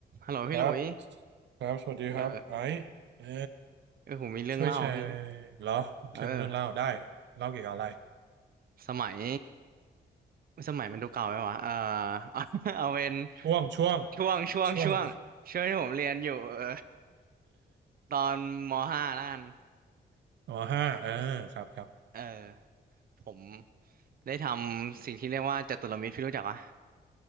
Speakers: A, on the right; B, on the right.
A: ฮัลโหลพี่หลุย
B: ครับครับสวัสดีครับไอซ์เออ
A: เออเออผมมีเรื่องเล่าพี่
B: ช่วยแชร์เหรอเครื่องเรื่องเล่าได้
A: เออ
B: เล่าเกี่ยวกับอะไร
A: สมัย สมัยมันดูเก่าไหมวะ เออเอา <laughs> เอาเป็น
B: ช่วงช่วง
A: ช่วงช่วงช่วงช่วงที่ผมเรียนอยู่เออ
B: ช่วง
A: ตอนมห้าแล้วกัน
B: <laughs> อ๋อห้าเออครับครับ
A: เออ ผมได้ทำสิ่งที่เรียกว่าจตุรมิตรพี่รู้จักปะ